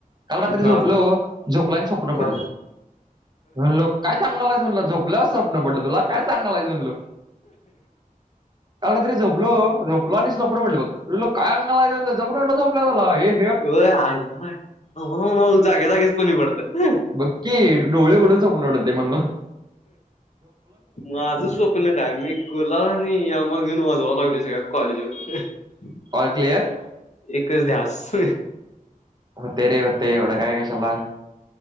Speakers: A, on the right; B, on the left.
A: काल रात्री झोपलो.
B: हा
A: झोपलाय आणि स्वप्न पडलं.
B: हा
A: म्हणलो काय सांगलायस म्हणलो? झोप ल्याव स्वप्न पडलं तुला? काय सांगाल्यास म्हणलो. काल रात्री झोपलो. झोपलो आणि स्वप्न पडल म्हटलं बघ. ल काय संगालायस महणल? स्वप्न पडल झोपल्यावर तुला? ये
B: <unintelligible>
A: बघकी डोळे उघडून स्वप्न पडतय म्हण
B: माझं स्वप्न काय मी गुलाल आणि यामा घेऊन वाजवा लागली सगळ्या कॉलेजवर. <unintelligible>
A: All clear?
B: एकच ध्यास.
A: तय रे हुताय. एवढा काय कशाला